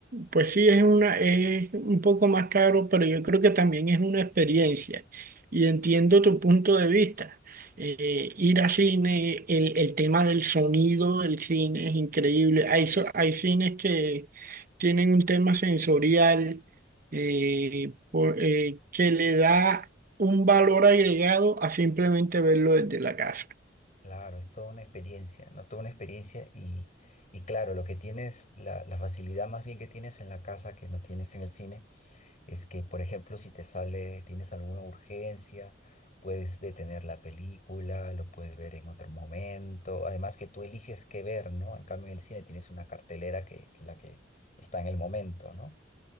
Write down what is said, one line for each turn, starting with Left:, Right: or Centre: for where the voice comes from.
Right: pues sí es una, es un poco más caro, pero yo creo que también es una experiencia. Y entiendo tu punto de vista. Eh, ir a cine, el, el tema del sonido del cine es increíble. Hay, so- hay cines que tienen un tema sensorial eh, por- eh, que le da un valor agregado a simplemente verlo desde la casa.
Left: Claro, es toda una experiencia, ¿no? Toda una experiencia y, y claro, lo que tienes, la, la facilidad más bien que tienes en la casa que no tienes en el cine es que, por ejemplo, si te sale, tienes alguna urgencia, puedes detener la película, lo puedes ver en otro momento. Además que tú eliges qué ver, ¿no? En cambio, en el cine tienes una cartelera que es la que está en el momento, ¿no?